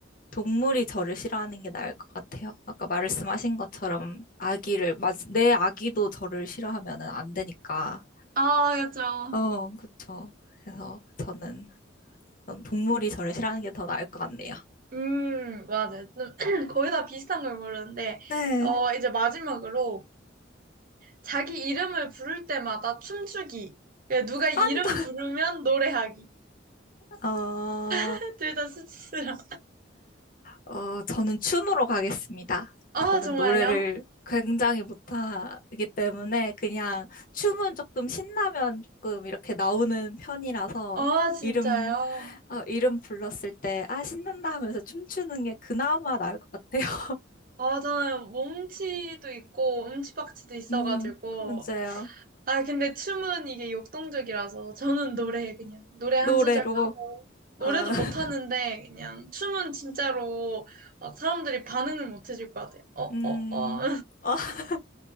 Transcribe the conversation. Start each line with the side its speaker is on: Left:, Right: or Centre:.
Left: 동물이 저를 싫어하는 게 나을 것 같아요. 아까 말씀하신 것처럼 아기를 맞, 내 아기도 저를 싫어하면 안 되니까.
Right: 아, 그죠.
Left: 어, 그쵸. 그래서 저는 전 동물이 저를 싫어하는 게 더 나을 것 같네요.
Right: 음, 맞아요. 좀 <clears throat> 거의 다 비슷한 걸 고르는데,
Left: 네.
Right: 어, 이제 마지막으로 자기 이름을 부를 때마다 춤추기. 그러니까 누가 이름
Left: 아,
Right: 부르면 노래하기.
Left: 어,
Right: <laughs> 둘 다 수치스러워.
Left: 어, 저는 춤으로 가겠습니다.
Right: 아,
Left: 저는
Right: 정말요?
Left: 노래를 굉장히 못하기 때문에 그냥 춤은 조금 신나면 조금 이렇게 나오는 편이라서
Right: 아, 진짜요?
Left: 이름, 어, 이름 불렀을 때, 아, 신난다 하면서 춤추는 게 그나마 나을 것 같아요. <laughs>
Right: 아, 저는 몸치도 있고, 음치박치도 있어가지고,
Left: 음, 문제요.
Right: 아, 근데 춤은 이게 역동적이라서 저는 노래 그냥 노래 한
Left: 노래로.
Right: 소절 하고 노래도
Left: 아, <laughs>
Right: 못 하는데 그냥 춤은 진짜로 막 사람들이 반응을 못 해줄 것 같아요. 어,
Left: 음,
Right: 어, 어.
Left: 어, <laughs>